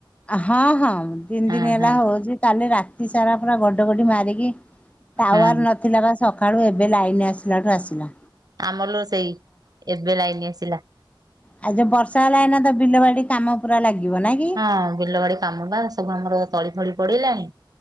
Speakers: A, on the left (about 15°); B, on the right (about 50°).
A: ହଁ ହଁ ତିନି
B: ହଁ
A: ଦିନ ହେଲା
B: ହଁ
A: ହଉଚି କାଲି ରା ତି ସାରା ପୁରା ଘଡଘଡିବମାରିକି ଟାୱାର
B: ହଁ
A: ନଥିଲା ବା। ସକାଳୁ ଏବେ ଲାଇନ ଆସିଲାଠୁ ଆସିଲା।
B: ଆମର ଲୋ ସେଇ ଏବେ ଲାଇନ ଆସିଲା।
A: ଆଉ <unintelligible> ବିଲ ବାଡି କାମ ପୁରା ଲାଗିବ ନାଇଁ କି।
B: ହଁ ବିଲ ବାଡି କାମ ବା ସବୁ ଆମର ତଳି ଫଳି ପଡିଲାଣି।